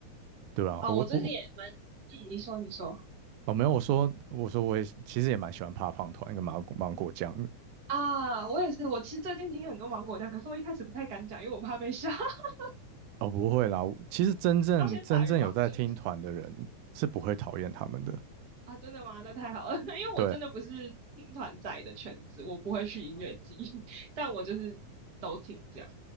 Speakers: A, on the right; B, on the right.
A: 对啊，
B: 哦，
A: 我我
B: 我最近也蛮，嗯你说你说
A: 哦，没有，我说我说我也其实也蛮喜欢怕胖团跟芒果芒果酱的。
B: 啊，我也是，我其实最近听很多芒果酱，可是我一开始不太敢讲，因为我怕被吓，<laughs>
A: 哦，不会啦，其实真正真正有在听团的人是不会讨厌他们的。
B: 要先打预防针啊。真的吗？那太好了，<laughs> 因为我真的不是听团仔的圈子，
A: 对，
B: 我不会去音乐季，<laughs> 但我就是都听这样。